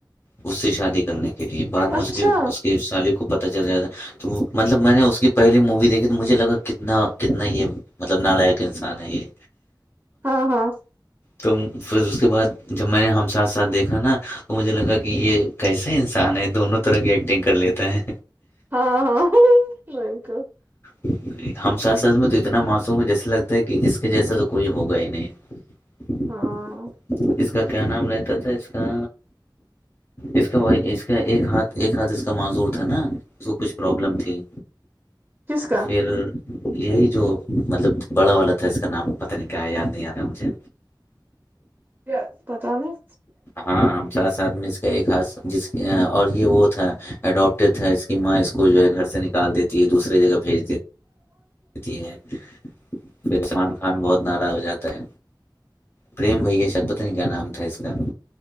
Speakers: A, on the left; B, on the right.
A: اس سے شادی کرنے کی کے لیے بعد میں
B: اچھا
A: اس اس کی سالف کو پت چل جاتا ہے تو وہ مطلب میں نے اس کی پہلی مووی دیکے تو مجے لگا کتنا نہ کتنا ہی مطلب نہ لائق انسان ہے یہ
B: ہاں ہاں
A: توم پھر اس کے بعد جب میں نے ہم ساتھ ساتھ دیکھا نا تو مجھے لگا کہ یہ کیسے ہے ان دونوں طرح کی ایکٹنگ کر لیتا ہے
B: ہاں ہاںک
A: جی ہم ساتھ ساتھ میں تو اتنا معصوم ہے جیسے لگتا ہے کہ اس کے جیسا تو کوئی ہوگا ہی نہیں
B: ہاں
A: اس کا کیا نام رہتا تھا اس کا اس کے ب اس کے ایک ہاتھ ایک ہاتھ اس کا معذور تھا نا اس کو کچھ پرابلم تھی
B: کس کا
A: پھر یہی جو مطلب بڑا والا تھا اس کا نام پتہ نہیں کیا آیا یاد نہیں آ رہا مجھے
B: کیا پتاہ نہیں
A: ہاں ہم ساتھ ساتھ میں اس کا ایک ہاتھ جس ا اور یہ وہ تھا اڈاپٹیڈ تھا اس کی ماں اس کو جو ہے گھر سے نکال دیتی ہے دوسری جگہ بھیج دیتی ہوتی ہے جی سلمان خان بہت ناررا ہو جاتا ہے پریم بھیا شت پتنی کا نام تھا اس کا